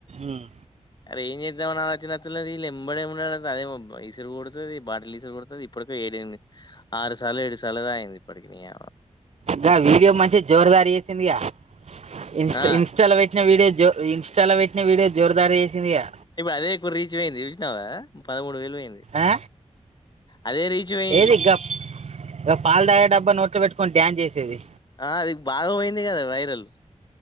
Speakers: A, on the right; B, on the left.
A: ఉమ్.
B: అరే ఏం చేద్దామని ఆలోచ్చినత్తలేదు, వీళ్ ఎంబడే ఉండడం అదే పం ఈసరు కొడుతది, బాటిల్ ఈసరు కొడుతది, ఇప్పటిక ఏడు ఎను ఆరు సార్లు ఏడు సార్లు తాగింది, ఇప్పటికీ నే యా
A: దా వీడియో మంచిగా జోరదారు చేసిందిగా, ఇన్స్
B: ఆ
A: ఇన్స్టాలో పెట్టిన వీడియో జో ఇన్స్టాలో పెట్టిన వీడియో జోడ్ దారి ఇదియా
B: అదే ఇప్పుడు రీచ్ పోయింది చూసినా పదమూడు వేలు పోయింది అది
A: ఆ?
B: అదే రీచ్ వెయింది
A: ఏది గా పాలు తాగే డబ్బా నోట్ల వెట్ కొన్ డాయాన్ చేసేది
B: ఆ అది బాగవోయింది గదా వైరల్